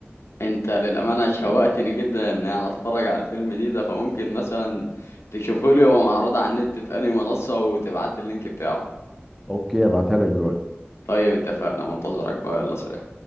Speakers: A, on the left; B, in the centre.
A: انت للامانه شوقتني جدا ان يعني اتفرج على الفيلم دي ده فممكن مثلا تشوفه لي هو معروض على النت في انهي منصه وتبعت لي اللينك بتاعه
B: أوكي أبعتها لك دلوقتي
A: طيب اتفقنا منتظرك بقى يلا سلام